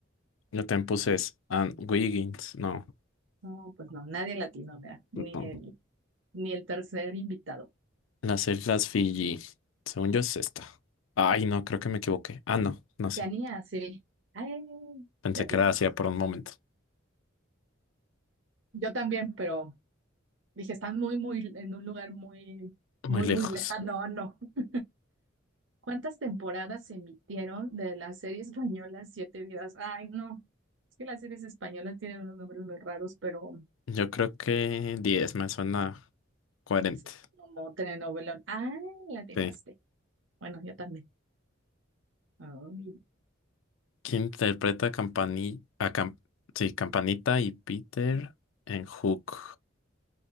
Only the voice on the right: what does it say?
No, pues no, nadie latino, mira, ni
el, ni el tercer invitado.
Oceanía,
sí. Ay,
latinamos.
Yo también, pero dije, están muy, muy, en un lugar muy, muy,
muy lejano. No, no. ¿Cuántas temporadas se emitieron de la serie española Siete Vidas? Ay, no. Es que las series españolas tienen unos nombres muy raros, pero
sí, como telenovelón. Ah, latinaste.
Bueno, yo también. Ay,